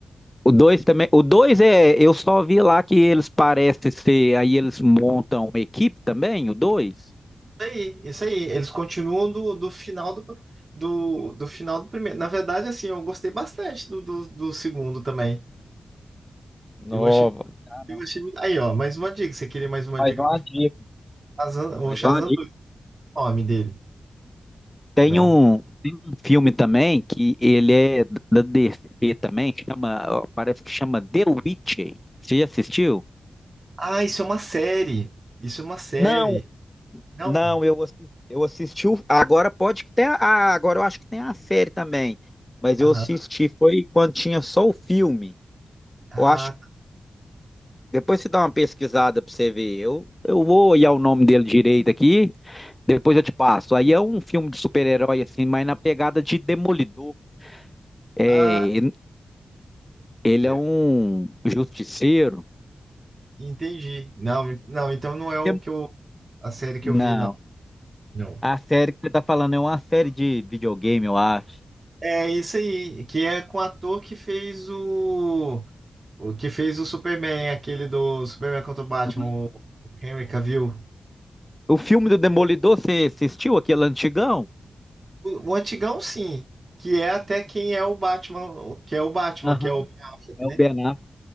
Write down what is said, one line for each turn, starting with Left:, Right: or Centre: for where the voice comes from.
Left: O 2 também. O 2 é. Eu só vi lá que eles parecem ser. Aí eles montam uma equipe também, o dois
Right: Isso aí, isso aí. Eles continuam do, do final do, do, do final do primeiro. Na verdade, assim, eu gostei bastante do, do, do segundo também.
Left: Nova.
Right: Eu achei,
Left: Ah, não.
Right: eu achei muito. Aí, ó, mais uma dica. Você queria mais uma
Left: Mais
Right: dica
Left: uma
Right: pro
Left: dica.
Right: Shazam, o
Left: Mais
Right: Shazam
Left: uma dica.
Right: 2 o nome dele,
Left: Tem
Right: né?
Left: um, tem um filme também que ele é da DC também, chama, parece que chama The Witcher. Você já assistiu?
Right: Ah, isso é uma série. Isso é uma série.
Left: Não,
Right: Não?
Left: não, eu assisti, eu assisti. o- Agora pode que tenha. Ah, agora eu acho que tem a série também. Mas eu
Right: Aham.
Left: assisti, foi quando tinha só o filme.
Right: Ah,
Left: Eu acho Depois você dá uma pesquisada pra você ver. Eu, eu vou olhar o nome dele direito aqui, depois eu te passo. Aí é um filme de super-herói, assim, mas na pegada de Demolidor. É,
Right: Ah,
Left: ele é
Right: eu
Left: um justiceiro.
Right: entendi. Não, não, então não é o
Left: É-
Right: que eu, a série que
Left: Não,
Right: eu vi, não. Não.
Left: a série que você tá falando é uma série de videogame, eu acho.
Right: É isso aí, que é com o ator que fez o, o que fez o Superman, aquele do Superman contra o Batman,
Left: Uhum.
Right: o, o Henry Cavill.
Left: O filme do Demolidor, você assistiu aquele antigão?
Right: O, o antigão, sim, que é até quem é o Batman, o- que é o Batman,
Left: Aham.
Right: que é o Ben Affleck,
Left: É
Right: né?
Left: o Ben Affleck.